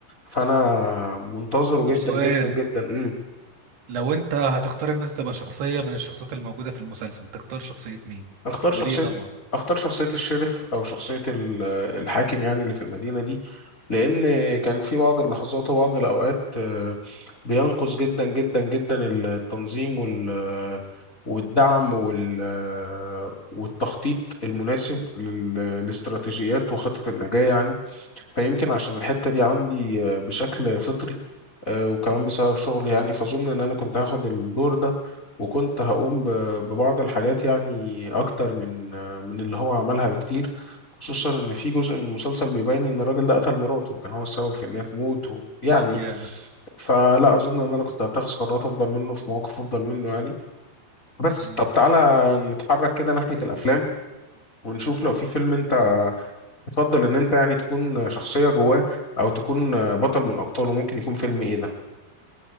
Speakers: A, on the left (about 55°); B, on the right (about 60°).
A: فأنا منتظره
B: طب
A: جدا
B: سؤال
A: جدا جدا امم
B: لو انت هتختار ان انت تبقى شخصية من الشخصيات الموجودة في المسلسل تختار شخصية مين
A: اختار شخصية
B: وليه طبعا
A: اختار شخصية الشرف أو شخصية ال- الحاكم يعني اللي في المدينة دي لأن كان في بعض اللحظات وبعض الأوقات آه، بينقص جدا جدا جدا التنظيم وال والدعم وال آه، والتخطيط المناسب لل- لاستراتيجيات وخطط النجاة يعني فيمكن عشان الحتة دي عندي آه، بشكل فطري آه، وكمان بسبب شغلي يعني فأظن إن أنا كنت هاخد الدور ده وكنت هقوم ب- ببعض الحاجات يعني أكتر من آه، من اللي هو عملها بكتير خصوصا إن في جزء من المسلسل بيبين إن الراجل ده قتل مراته وكان هو السبب في إن هي تموت ويعني
B: يا
A: فلا أظن إن أنا كنت هتخذ قرارات أفضل منه في مواقف أفضل منه يعني بس
B: مم.
A: طب تعالى نتحرك كده ناحية الأفلام ونشوف لو في فيلم أنت تفضل ان انت يعني تكون شخصية جواه او تكون آه، بطل من ابطاله ممكن يكون فيلم ايه ده